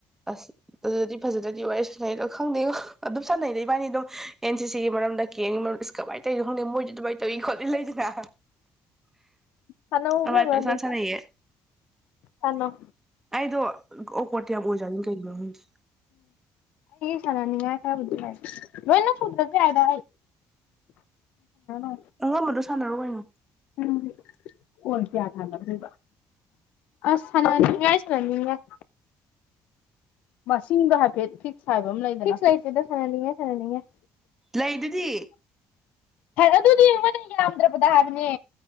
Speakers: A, on the right; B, on the left.
A: ꯑꯁ ꯑꯗꯨꯗꯤ ꯐꯖꯅꯗꯤ ꯋꯥꯔꯤ ꯁꯥꯟꯅꯩ ꯈꯪꯗꯦꯀ ꯑꯗꯨꯝ ꯁꯥꯟꯅꯩꯗ ꯏꯕꯥꯅꯤ ꯑꯗꯨꯝ ꯑꯦꯟ ꯁꯤ ꯁꯤꯒꯤ ꯃꯔꯝꯗ ꯀꯦꯒꯤ ꯃꯔ ꯏꯁ ꯀꯃꯥꯏ ꯀꯩꯅꯣ ꯈꯪꯗꯦ ꯃꯣꯏꯗꯤ ꯑꯗꯨꯃꯥꯏ ꯇꯧꯋꯤ ꯈꯣꯠꯂꯤ ꯂꯩꯗꯅ
B: ꯁꯥꯟꯅꯧ
A: ꯑꯗꯨꯃꯥꯏ
B: ꯏꯕꯦꯝꯃ
A: ꯄꯪꯁꯥꯟ
B: ꯑꯗꯨꯝ
A: ꯁꯥꯟꯅꯩꯌꯦ
B: ꯁꯥꯟꯅꯧ
A: ꯑꯩꯗꯣ ꯑꯣꯛꯋꯥꯔꯇ ꯌꯥꯝ ꯑꯣꯢꯖꯥꯠꯅꯤ ꯀꯩꯒꯤꯅꯣ ꯈꯪꯗꯦ
B: ꯁꯥꯟꯅꯅꯤꯡꯉꯥꯢ ꯈꯔ ꯕꯨꯗꯤ ꯂꯩ ꯂꯣꯢꯅ ꯁꯨꯗ꯭ꯔꯁꯨ ꯌꯥꯢꯗ <unintelligible>
A: ꯑꯉꯝꯕꯗꯣ ꯁꯥꯟꯅꯔꯣ ꯀꯩꯅꯣ
B: ꯑꯝ ꯀꯣꯟ ꯀꯌꯥ ꯁꯥꯟꯅꯗꯣꯢꯕ ꯑꯁ ꯁꯥꯟꯅꯅꯤꯉꯥꯢ ꯁꯥꯟꯅꯅꯤꯡꯉꯥꯢ ꯃꯁꯤꯡꯗꯣ ꯍꯥꯏꯐꯦꯠ ꯐꯤꯛꯁ ꯍꯥꯏꯕ ꯑꯃ ꯂꯩꯗꯅ ꯐꯤꯛꯁ ꯂꯩꯇꯦꯗ ꯁꯥꯟꯅꯅꯤꯡꯉꯥꯏ ꯁꯥꯟꯅꯅꯤꯡꯉꯦ
A: ꯂꯩꯗꯨꯗꯤ
B: ꯑꯗꯨꯗꯤ ꯃꯣꯢꯅ ꯌꯥꯝꯝꯗ꯭ꯔꯕꯗ ꯍꯥꯏꯕꯅꯦ